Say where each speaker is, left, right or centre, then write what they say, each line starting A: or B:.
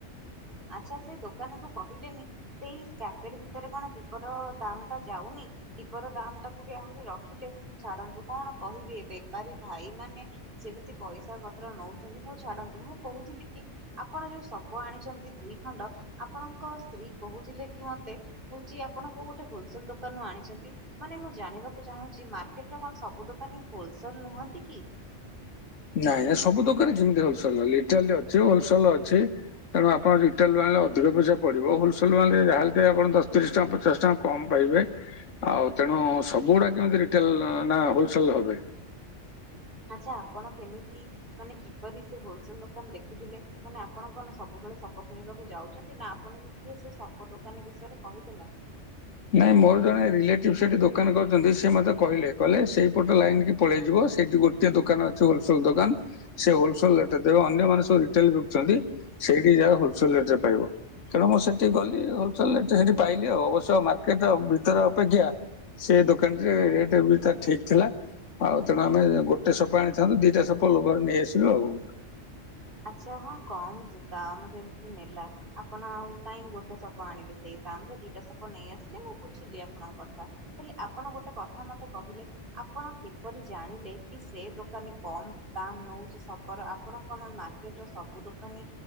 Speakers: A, on the right (about 45°); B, on the left (about 80°).
A: ଆଚ୍ଛା ସେଇ ଦୋକାନୀ କୁ କହିଲେନି ସେଇ ପ୍ୟାକେଟ ଭିତରେ କଣ ଦୀପର ଦାମ୍ ଟା ଯାଉନି? ଦୀପର ଦାମ ଟାକୁ ବି ଆହୁରି ରଖିଲେ ଛାଡନ୍ତୁ କଣ କହିବି ବେପାରୀ ଭାଇ ମାନେ ସେମିତି ପଇସା ପତ୍ର ନଉଚନ୍ତି ହଉ ଛାଡନ୍ତୁ ମୁଁ କହୁଥିଲି କି ଆପଣ ଯୋଉ ସପ ଆଣିଚନ୍ତି ଦୁଇ ଖଣ୍ଡ ଆପଣଙ୍କ ସ୍ତ୍ରୀ କହୁଥିଲେ କି ମତେ ହଉଛି ଆପଣ କୋଉ ଗୋଟେ ହୋଲସେଲ ଦୋକାନୁ ଆଣିଚନ୍ତି। ମାନେ ମୁଁ ଜାଣିବାକୁ ଚାହୁଁଚି ମାର୍କେଟରେ କଣ ସବୁ ଦୋକାନୀ ହୋଲସଲ ନୁହନ୍ତି କି?
B: ନାଇଁ ନାଇଁ ସବୁ ଦୋକାନ କେମିତି ହୋଲସଲ ଇଟ୍ରାଲି ଅଛି ହୋଲସଲ ଅଛି‌। ତେଣୁ ଆପଣ ରିଟେଲ ଆଣିଲେ ଅଧିକ ପଇସା ପଡ଼ିବ। ହୋଲସେଲ ଆଣିଲେ ଯାହାଲେ ଆପଣ ଦଶ, ତିରିଶ ଟଙ୍କା, ପଚାଶ ଟଙ୍କା କମ ପାଇବେ ଆଉ ତେଣୁ ସବୁଗୁଡା କେମିତି ରିଟେଲ ନା ହୋଲସେଲ ହବେ।
A: ଆଚ୍ଛା ଆପଣ କେମିତି ମାନେ କି ପରି ସେ ହୋଲସେଲ ଦୋକାନ ଦେଖିଥିଲେ। ମାନେ ଆପଣ କଣ ସବୁବେଳେ ସପ କିଣିବାକୁ ଯାଉଛନ୍ତି ନା ଆପଣଙ୍କୁ କିଏ ସେ ସପ ଦୋକାନୀ ବିଷୟରେ କହିଦେଲା?
B: ନାଇଁ ମୋର ଜଣେ ରିଲେଟିଭ ସେଠି ଦୋକାନ କରଚନ୍ତି ସେ ମୋତେ କହିଲେ କହିଲେ ସେଇପଟ ଲାଇନ କି ପଳେଇଯିବ ସେଇଠି ଗୋ ଟେ ଦୋକାନ ଅଛି ହୋଲସଲ ଦୋକାନ। ସେ ହୋଲସଲ ରେଟ ରେ ଦେବେ ଅନ୍ୟମାନେ ସବୁ ରିଟେଲ ବକୁଚନ୍ତି ସେଇଠି ଯାଅ ହୋଲସଲ ରେଟ ରେ ପାଇବ। ତେଣୁ ମୁଁ ସେଠି ଗଲି ହୋଲସେଲ ରେ ସେଠି ପାଇଲି ଆଉ ଅବଶ୍ୟ ମାର୍କେଟ ଭିତରେ ଅପେକ୍ଷା ସେ ଦୋକାନରେ ରେଟ୍ ବି ତ ଠିକ ଥିଲା। ଆଉ ତେଣୁ ଆମେ ଗୋଟେ ସପ ଆଣିଥାନ୍ତୁ ଦିଟା ସପ ଲୋଭରେ ନେଇ ଆସିଲୁ ଆଉ।
A: ଆଚ୍ଛା ହଁ କମ ଦାମ ଯେମିତିୁ ନେଲା ଆପଣ ଆଉ କାଇଁ ଗୋଟେ ସପ ଆଣିବେ ସେଇ ଦାମ ରେ ଦିଟା ସପ ନେଇ ଆସିଲେ ମୁଁ ବୁଝିଲି ଆପଣଙ୍କ କଥା। ହେଲେ ଆପଣ ଗୋଟେ କଥା ମତେ କହିଲେ ଆପଣ କିପରି ଜାଣିଲେ କି ସେ ଦୋକାନୀ କମ ଦାମ୍ ନଉଚି ସପର ଆପଣ କଣ ମା ର୍କେଟର ସବୁ ଦୋକାନୀ